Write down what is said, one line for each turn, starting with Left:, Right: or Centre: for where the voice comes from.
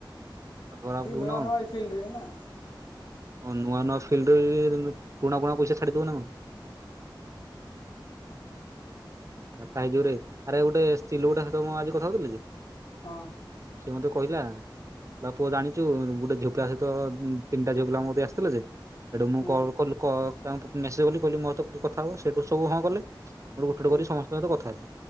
Right: ଧରା
Left: ତୁ
Right: ପଡିବୁ
Left: ନୂଆ
Right: ନା
Left: ନୂଆ ଏହି ଫିଲ୍ଡରେ ନା
Right: ହ ନୂଆ ନୂଆ ଫିଲ୍ଡରେ ପୁଣା ପୁଣା ପଇସା ଛାଡିଦବ ନାଁ କଣ <unintelligible> ଆ ଟାଜୋ ରେ ଆରେ ଗୋଟେ ସ୍ତ୍ରୀ ଲୋକଟା ସହିତ ଆଜି ମୁଁ କଥା ହଉଥିଲି ଯେ
Left: ହଁ
Right: ସେ ମତେ କହିଲା ବାପ ଜାଣିଛୁ ଗୋଟେ ଝିଅ ପିଲା ସହିତ ତିନିଟା ଝିଅ ଲା ମଠି ଆସିଥିଲେ ଯେ ସେଠୁ ମୁଁ
Left: ହୁଁ
Right: କଲ୍ କଲୁ କ ତାଙ୍କୁ ମେସେଜ କଲି କହିଲି ମୋ ସହିତ କି କଥା ହବ ସେଇଠୁ ସବୁ ହଁ କଲେ ସେଠୁ ଗୋଟେ ଗୋଟେ
Left: ହୁଁ
Right: କରି ସମସ୍ତେ କଥା ହେଲା